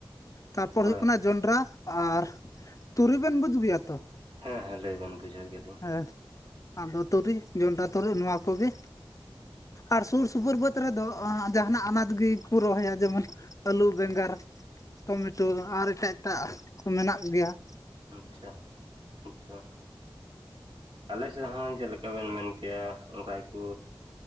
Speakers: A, on the left (about 40°); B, on the right (about 70°).
A: ᱛᱟᱨᱯᱚᱨ
B: ᱦᱳᱭ
A: ᱦᱩᱭᱩᱜ ᱠᱟᱱᱟ ᱡᱚᱱᱰᱨᱟ ᱟᱨ ᱛᱩᱲᱤ ᱵᱮᱱ ᱵᱩᱡᱩᱜ ᱜᱮᱭᱟ ᱛᱚ?
B: ᱦᱮᱸ ᱦᱮᱸ ᱞᱟᱹᱭᱵᱮᱱ ᱵᱩᱡᱟᱹᱣ ᱠᱮᱫᱭᱟᱞᱤᱧ ᱾
A: ᱦᱮᱸ ᱟᱫᱚ ᱛᱩᱨᱤ ᱡᱚᱱᱰᱨᱟ ᱛᱩᱨᱤ ᱱᱚᱣᱟ ᱠᱚᱜᱮ ᱟᱨ ᱥᱩᱨ ᱥᱩᱯᱩᱨ ᱵᱟᱹᱫᱽ ᱨᱮᱫᱚ ᱡᱟᱦᱟᱱᱟᱜ ᱟᱱᱟᱡ ᱜᱮᱠᱚ ᱨᱚᱦᱚᱭᱟ ᱡᱮᱢᱚᱱ ᱟᱹᱞᱩ ᱵᱮᱸᱜᱟᱲ ᱾ ᱴᱚᱢᱮᱴᱚ ᱟᱨ ᱮᱴᱟᱜ ᱮᱴᱟᱜ ᱠᱚ ᱢᱮᱱᱟᱜ ᱜᱮᱭᱟ ᱾
B: ᱟᱪᱪᱷᱟ ᱟᱪᱪᱷᱟ ᱟᱞᱮ ᱥᱮᱫ ᱦᱚᱸ ᱪᱮᱫ ᱞᱮᱠᱟ ᱵᱮᱱ ᱢᱮᱱ ᱠᱮᱭᱟ ᱚᱱᱠᱟ ᱜᱮ ᱠᱚ